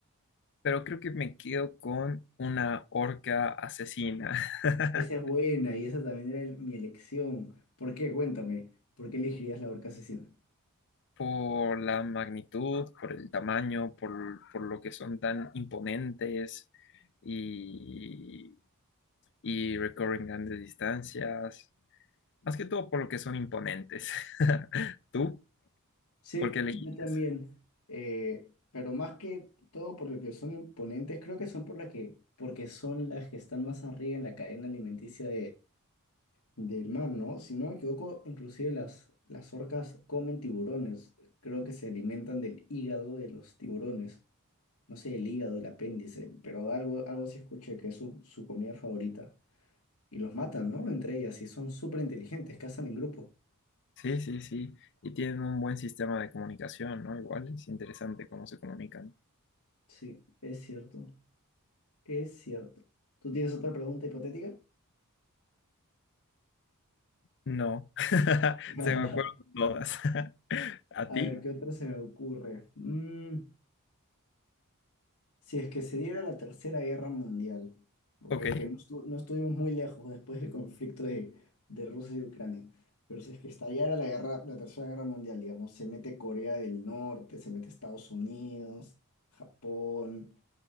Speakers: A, on the left (about 55°); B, on the left (about 75°).
A: pero creo que me quedo con una orca asesina <laughs>
B: Esa es buena y esa también era el- mi elección. ¿Por qué? Cuéntame. ¿Por qué elegirías la orca asesina?
A: por la magnitud, por el tamaño, por, por lo que son tan imponentes y, y recorren grandes distancias, más que todo por lo que son imponentes. <laughs> ¿Tú?
B: Sí,
A: ¿Por qué elegirías?
B: yo también. eh, pero más que todo por lo que son imponentes, creo que son por la que, porque son las que están más arriba en la cadena alimenticia del mar, ¿no? Si no me equivoco, inclusive las, las orcas comen tiburones. Creo que se alimentan del hígado de los tiburones. No sé, el hígado, el apéndice, pero algo, algo sí escuché que es su, su comida favorita. Y los matan, ¿no? Entre ellas, y son súper inteligentes, cazan en grupo.
A: Sí, sí, sí. Y tienen un buen sistema de comunicación, ¿no? Igual es interesante cómo se comunican.
B: Sí, es cierto, es cierto. ¿Tú tienes otra pregunta hipotética? <laughs>
A: No, <laughs>
B: <laughs>
A: se me fueron todas. <laughs> ¿A
B: A
A: ti?
B: ver, ¿qué otra se me ocurre? Mm, Si es que se diera la Tercera Guerra Mundial, ¿ok?
A: Ok.
B: Que no, estu- no estuvimos muy lejos después del conflicto de, de Rusia y Ucrania, pero si es que estallara la guerra, la Tercera Guerra Mundial, digamos, se mete Corea del Norte, se mete Estados Unidos, Japón,